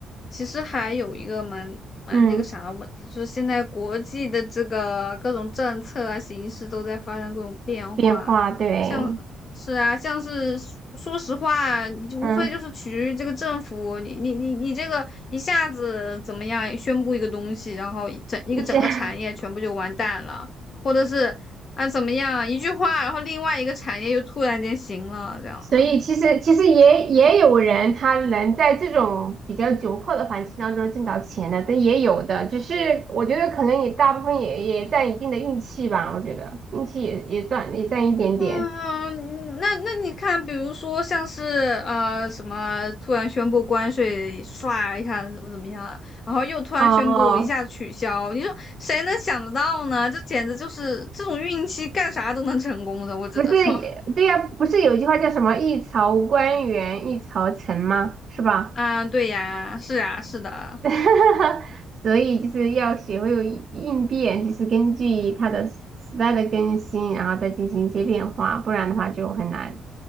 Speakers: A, on the left; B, on the right.
A: 其实还有一个蛮蛮那个啥的问题，
B: 嗯，
A: 就是现在国际的这个各种政策啊、形势都在发生各种变化，
B: 变化，对，
A: 像是啊，像是说实话，你就无非就是取决于这个政府，
B: 嗯，
A: 你你你你这个一下子怎么样宣布一个东西，然后一整一个整个产业全部就完蛋了，
B: 你现在
A: 或者是啊怎么样一句话，然后另外一个产业又突然间行了，这样啊。
B: 所以其实其实也也有人他能在这种比较窘迫的环境当中挣到钱的，但也有的，只是我觉得可能也大部分也也占一定的运气吧，我觉得运气也也占也占一点点。
A: 嗯，嗯那那你看，比如说像是呃什么突然宣布关税，唰一下怎么怎么样，然后又突然宣布一下取消，
B: 哦，
A: 你说谁能想得到呢？这简直就是这种运气，干啥都能成功的，我只能说
B: 不是也，
A: <laughs>
B: 对呀、不是有句话叫什么“一朝官员一朝臣”吗？是吧？
A: 啊，对呀，是啊，是的，
B: <laughs> 所以就是要学会有应应变，就是根据它的时时代的更新，然后再进行一些变化，不然的话就很难。